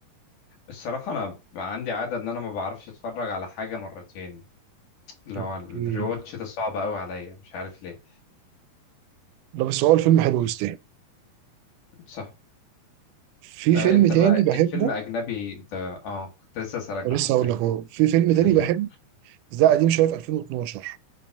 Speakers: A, on the left (about 80°); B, on the right (about 85°).
A: الصراحه انا عندي عاده ان انا ما بعرفش اتفرج على حاجه مرتين اللي
B: اوكي
A: هو الريواتش ده صعب قوي عليا مش عارف ليه
B: لا بس هو الفيلم حلو يستاهل
A: صح
B: في
A: آه
B: فيلم
A: انت
B: تاني
A: بقى
B: بحبه
A: ايه فيلم اجنبي انت اه كنت لسه اسالك
B: ولسه
A: ده حرفيا
B: هقول لك اهو في فيلم
A: <laughs>
B: تاني بحب بس ده قديم شويه في 2012